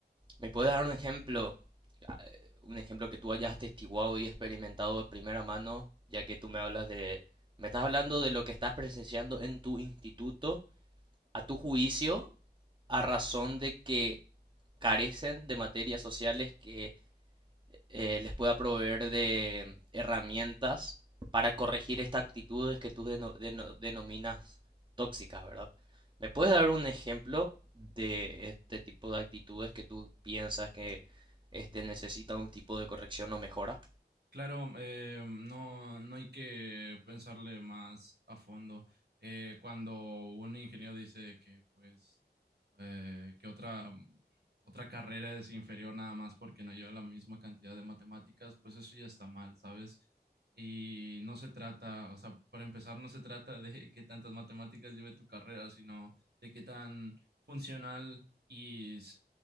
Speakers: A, on the right (about 30°); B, on the right (about 70°).
A: ¿Me puedes dar un ejemplo, ah, eh, un ejemplo que tú hayas atestiguado y experimentado de primera mano, ya que tú me hablas de, me estás hablando de lo que estás presenciando en tu instituto, a tu juicio? a razón de que carecen de materias sociales que eh, les pueda proveer de herramientas para corregir estas actitudes que tú deno- deno- denominas tóxicas, ¿verdad? ¿Me puedes dar un ejemplo de este tipo de actitudes que tú piensas que este, necesitan un tipo de corrección o mejora?
B: Claro, eh, no, no hay que pensarle más a fondo. Eh, cuando un ingeniero dice que, pues, eh, que otra, otra carrera es inferior nada más porque no lleva la misma cantidad de matemáticas, pues eso ya está mal, ¿sabes? Y no se trata, o sea, para empezar, no se trata de qué tantas matemáticas lleve tu carrera, sino de qué tan funcional y s-